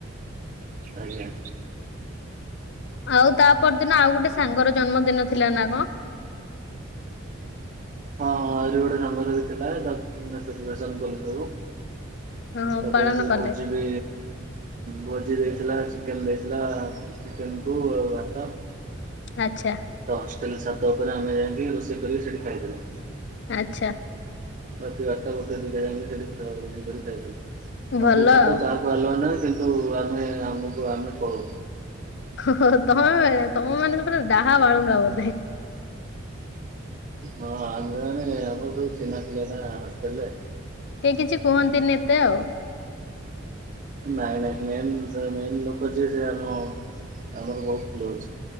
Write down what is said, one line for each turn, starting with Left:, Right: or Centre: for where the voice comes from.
Right: ଆଜ୍ଞା।
Left: ଆଉ ତା ପରଦିନ ଆଉ ଗୋଟେ ସାଙ୍ଗର ଜନ୍ମଦିନ ଥିଲା ନା କଣ?
Right: ହଁ ହଁ ଆହୁରି ଗୋଟେ ସାଙ୍ଗର ବି ଥିଲା। ସେଲିବ୍ରେସନ୍ କଲେ ତାକୁ।
Left: ହଁ
Right: ତାପରେ
Left: ପାଳନ
Right: ସେ
Left: କଲେ
Right: ଭୋଜି ବି ଭୋଜି ଦେଇଥିଲା, ଚିକେନ୍ ଦେଇଥିଲା। ଚିକେନ କୁ ଭାତ।
Left: ଆଛା।
Right: ତ ହଷ୍ଟେଲ ଛାତ ଉପରେ ଆମେ ଯାଇକି ରୋଷେଇ କରି ସେଠି ଖାଇଦେଉ।
Left: ଆଚ୍ଛା।
Right: ରାତି ବାରଟା ଗୋଟେ ଦିଟା ଯାଏ ସେଠି <unintelligible>
Left: ଭଲ
Right: ହଷ୍ଟେଲ ଛାତ
Left: ଆଉ
Right: ଆଲାଉ ନାହିଁ କିନ୍ତୁ ଆମେ ଆମକୁ ଆମେ ପଳଉ।
Left: ଓ ତମେ ତମ ମାନେ ଡାହା ବାଳୁଙ୍ଗା ବୋଧେ।
Right: ହଁ ଆମେ ମାନେ ଆମର ସବୁ ଚିହ୍ନା ପିଲା ନା ଥିଲେ।
Left: କେହି କିଛି କୁହନ୍ତିନି ଏତେ ଆଉ।
Right: ନାଇଁ ନାଇଁ ମେନ୍ ମେନ୍ ଲୋକ ଯିଏ ସେ ଆମ ଆମର ବହୁତ କ୍ଲୋଜ୍।